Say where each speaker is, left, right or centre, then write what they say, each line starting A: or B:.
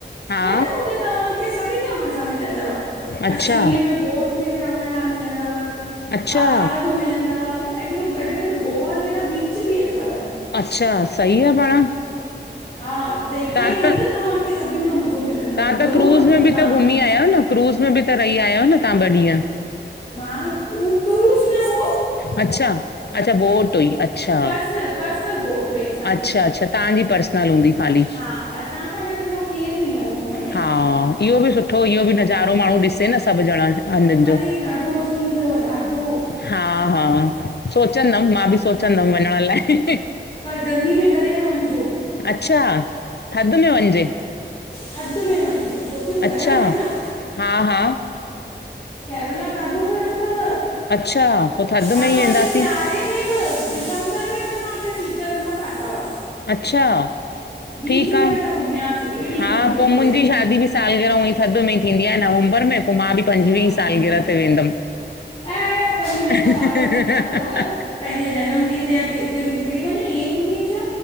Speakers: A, on the left (about 60°); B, on the left (about 30°).
A: हा
B: पर न हुते तव्हांखे सभिन जा मज़ा मिलंदव। कश्मीर
A: अच्छा
B: में बोट में बी रवंण लाइ मिलंदव।
A: अच्छा
B: पहाड़ बी मिलंदव ऐं ॿियो गॾु गॾु गोवा जहिड़ा बीच बी अथव।
A: अछा सही आह पाण।
B: हा त हिकु
A: तव्हां
B: ई हंध
A: त
B: तव्हांखे सभिन जो मज़ो मिलंदव,
A: तव्हां त
B: ज़रूर
A: क्रूज़
B: वञिजो
A: में बि
B: तहां
A: त घुमी
B: बी
A: आया आहियो न क्रूज़ में बी त रही आहियां न तहां ॿ ॾींहं?
B: मां, उह क्रूज़ न हो।
A: अछा, अछा बोट हुई अछा,
B: पर्सनल पर्सनल बोट हुई असांजी
A: अछा अछा तहांजी पर्सनल हूंदी ख़ाली।
B: हा असां सां गॾु ॿियो केर बी न हो हुन में
A: हा इहो बी सुठो इहो बी नज़ारो माण्हू ॾिसे न सभ ॼणा हंधनि जो
B: अरे ॾाढो मज़ो इंदव ॾाढो।
A: हा हा, सोचंदम मां बी सोचंदम वञण लाइ।
B: पर गर्मी में कॾहिं न वञजो।
A: अछा, थध में वञिजे?
B: थध में वञिजे छोकी हू गरम
A: अच्छा
B: आहे न।
A: हा हा
B: केरला ॾाढो गरम थव,
A: अच्छा पोइ थधि
B: असां
A: में ई वेंदासीं
B: हुते सियारे दिसंबर में भी असां हुते सीटर न पाता हुआ।
A: अछा
B: बीच
A: ठीक
B: में
A: आह।
B: वेठा घुमियासीं अहिड़ी
A: हा
B: गर्मी
A: पोइ
B: हुते
A: मुंहिंजी शादी बी सालगिरह उवईं थध में थींदी आह नवंबर में पोइ मां बी पंजवीह
B: हा
A: सालगिरह ते वेंदम।
B: ऐं पंहिंजी
A: ही
B: अञा
A: ही
B: ॿार
A: ही
B: नंढा
A: ही
B: अथव पंहिंजे जनम ॾींहुं ते या केते बी निकरी वञो ईअं ई घुमी अचो।